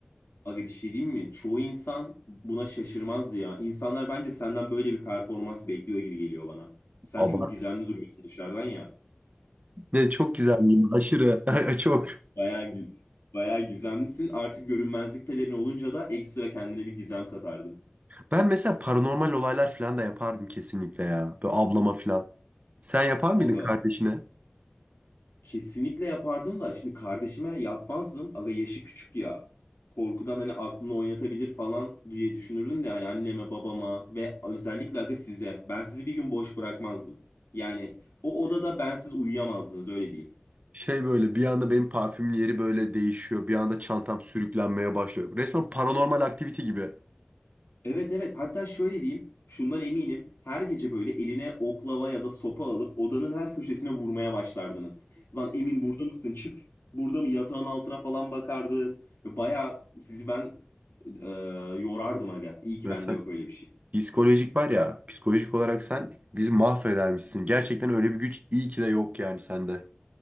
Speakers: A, on the left (about 80°); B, on the right (about 40°).
A: aga bir şey diyeyim mi? Çoğu insan buna şaşırmaz ya. İnsanlar bence senden böyle bir performans bekliyor gibi geliyor bana. Sen
B: Abart.
A: çok gizemli duruyorsun dışarıdan ya.
B: Ne çok güzel değil Aşırı. <laughs> Ay, Çok.
A: Bayağı gü- bayağı gizemlisin. Artık görünmezlik pelerin olunca da ekstra kendine bir gizem katardın.
B: Ben mesela paranormal olaylar filan da yapardım kesinlikle ya. Böyle ablama filan. Sen yapar mıydın
A: Aga
B: kardeşine?
A: kesinlikle yapardım da şimdi kardeşime yapmazdım. Aga yaşı küçük ya. Korkudan hani aklını oynatabilir falan diye düşünürdüm de hani anneme, babama ve özellikle aga size. Ben sizi bir gün boş bırakmazdım. Yani o odada bensiz uyuyamazdınız öyle diyeyim.
B: Şey böyle bir anda benim parfümün yeri böyle değişiyor. Bir anda çantam sürüklenmeye başlıyor. Resmen paranormal aktivite gibi.
A: Evet evet hatta şöyle diyeyim şundan eminim her gece böyle eline oklava ya da sopa alıp odanın her köşesine vurmaya başlardınız. Lan Emin burada mısın çık burada mı yatağın altına falan bakardın. Baya sizi ben e, yorardım aga iyi ki
B: Mesela
A: bende yok öyle bir şey.
B: Psikolojik var ya, psikolojik olarak sen bizi mahvedermişsin. Gerçekten öyle bir güç iyi ki de yok yani sende.